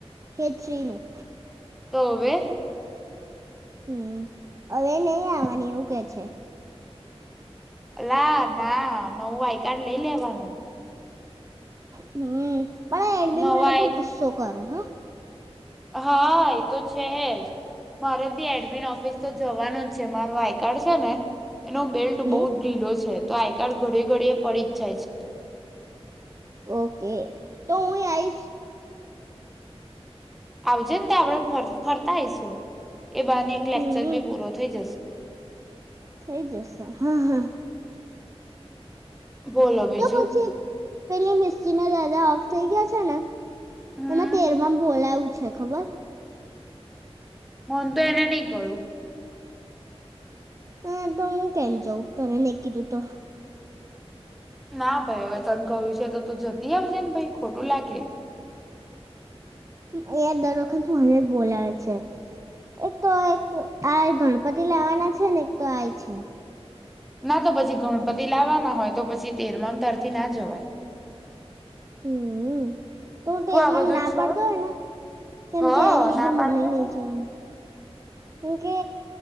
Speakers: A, on the right; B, in the centre.
A: હેચ્વીનું
B: તો અવે?
A: હમ્મ, અવે એ નઈ આવવાની એવું કે છે
B: અલા ના નવું આઈ કાર્ડ લઈ લેવાનું
A: હમ્મ. પણ આ એડમિન
B: નવા
A: વારા
B: આઈ
A: બઉ ઘુસ્સો કરે હં.
B: હા એ તો છેજ મારે ભી એડમિન ઓફિસ તો જવાનું જ છે મારું આઈ કાર્ડ છે ને એનો બેલ્ટ
A: હમ
B: બઉુ જ ઢીલો છે. તો આઈ કાર્ડ ઘડી ઘડીએ પડી જ જાય છે.
A: ઓકે તો હું આઈશ.
B: આવજે ને તો આપડે ફરતા આવીઈશું. એ બાને એક
A: હમ
B: લેક્ચર ભી પૂરો થઈ જશે.
A: થઈ જશે હા હા.
B: બોલો બીજું
A: જો પછી પેલી મસ્તી ના દદા ઓફ થઈ ગયા છે ને.
B: હમ
A: એમાં તેરમાંમા બોલાવુ. છે ખબર.
B: મને તો એને નહી કહ્યું.
A: હા તો હું કેમ જાઉં તને નહી કીધું તો.
B: ના ભાઈ હવે તન કયું છે તો તું જતી આવજે ને. કઈ ખોટું લાગે.
A: ઈયા દર વખત મને જ બોલાવે છે એક તો એક આ ગણપતિ લાવવાના છે ને એક તો આ છે.
B: ના તો પછી ગણપતિ લાવવાના હોય તો પછી તેરમાંમ તારથી ના જવાય.
A: હમ્મ. તું તેરમાનું
B: આ બધું
A: ના
B: છોડ
A: પડ દો અને, કેમકે
B: હ
A: એ લીધું
B: ના પાડ
A: મને
B: દે
A: નીચવાનું.
B: ને
A: કેમકે,